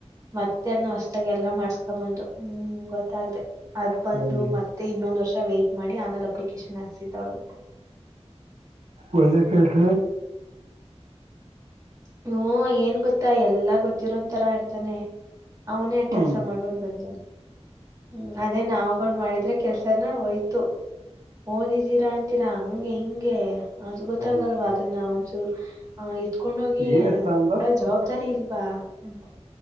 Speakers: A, on the right; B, on the right.
A: ಮತ್ತೆ ಅನ್ನ ಹೊಸತಾಗ ಎಲ್ಲ ಮಾಡ್ಸ್ಕೊ ಬಂದು ಹ್ಮ್ ಗೊತ್ತ ಗತ್ತ್ರೆ ಅದ್ ಬಂದು
B: ಹ್ಮ್
A: ಮತ್ತೆ ಇನ್ನೊಂದ್ ವರ್ಷ ವೈ್ಟಟ್ ಮಾಡಿ ಆಮೇಲೆ ಅಪ್ಲಿಕೇಶನ್ ಹಾಕ್ಸಿದ್ದ ಒಳಗೆ
B: ಒಳ್ಳ ಕೆಸ
A: ಹ್ಮ ಏನ್ ಗೊತ್ತಾ ಎಲ್ಲಾ ಗೊತ್ತಿರೋಂತರಾ ಇಡ್ತಾನೆ ಅವನೇ ಆ
B: ಹ್ಮ್
A: ಕೆಲ್ಸ ಮಾಡ್ಬಿಟ್ಟು ಬಂದಾನ ಹ್ಮ ಅದೇ ನಾವವುಗಳು ಮಾಡಿದ್ರೆ ಕೆಲ್ಸನ ಹಯ್ತು ಓದಿದ್ದೀರಾ ಅ ೀರಾ ಹಂಗೆ ಹಿಂಗೆ ಅದು ಗೊತ್ತಾಗಲ್ವಾ
B: ಹ್ಮ್
A: ಅದನ್ನ ಒಂಚೂ ಎತ್ಕೊಂಡ್ೋಗ ಹಾಗ
B: ಏನ್ ಹೆಸರ ಅಂದ
A: ಕೊಡಕ್ ಜವಾಬ್ದಾರಿ ಇಲ್ವಾ ಅಂತ